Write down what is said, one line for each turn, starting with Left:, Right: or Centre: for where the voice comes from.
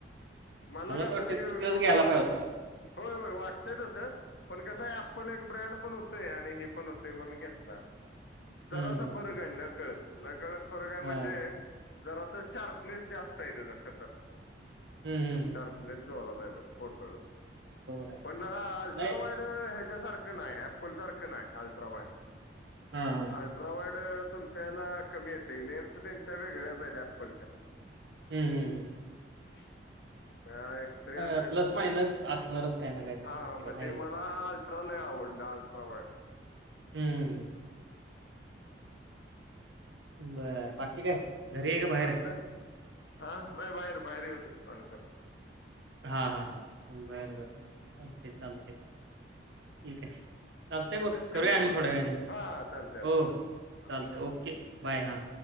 Left: मला कसं
Right: तर वाटतं
Left: ते
Right: तू तेच
Left: विवो
Right: घ्यायला पाहिजे होतास
Left: होय होय वाटतंय तसं पण कसं आहे एप्पल एक ब्रँड पण होतोय आणि हे पण होतय म्हण घेतला जरासा
Right: हम्म हम्म
Left: फरक आहे न कळत कळत फरक आहे
Right: हा
Left: म्हणजे जरा अस शार्पनेस जास्त आहे त्याचा खतरनाक
Right: हम्म हम्म हम्
Left: शार्पनेस जोरात आहे त्याचा फोटो
Right: आहे.
Left: पण अल्ट्रा
Right: नाही
Left: वाईट याच्यासारखा तसं नाही ॲपल सारखा नाही अल्ट्रावाईड
Right: हां, हां.
Left: अल्ट्रावाईड तुमच्याला कमी येते लेन्स त्यांच्या वेगळ्याच आहेत ऍपलच्या
Right: हम्म हम्म हम्म.
Left: <inaudible> एस थ्री हंड्रेडला
Right: अ, प्लस मायनस
Left: नाही
Right: असणारच काही ना काहीतरी
Left: हा
Right: प्रत्येकाला
Left: मग
Right: आहे
Left: ते
Right: की नाही?
Left: मला अल्ट्राला यावं. लाल <unintelligible> श्रवड
Right: हम्म.
Left: <unintelligible>
Right: बर बाकी काय? घरी आहे का बाहेर
Left: चालल
Right: आहे?
Left: हा नाही बाहेर बाहेर येऊनच कॉल कर.
Right: हा हा हा बर बर बर चालत चालत ठीक आहे. चालतय मग करूया
Left: ठेवू का
Right: आणि
Left: मग
Right: थोड्या वेळानी
Left: हा चालतंय चालतंय
Right: हो
Left: हा बरोबर
Right: चालतय ओके. बाय हा.